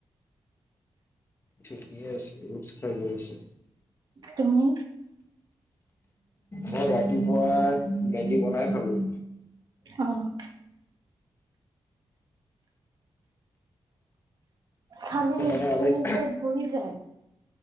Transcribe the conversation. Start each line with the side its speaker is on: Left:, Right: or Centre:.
Left: ঠিকেই আছে, ওটছ খাই লৈ আছে।
Right: তুমি?
Left: মই ৰাতিপুৱা মেগী বনাই খালোঁ।
Right: অ'। খালী
Left: ত'
Right: মেগী
Left: মানে অলপ
Right: খালে পেট ভৰি যায়?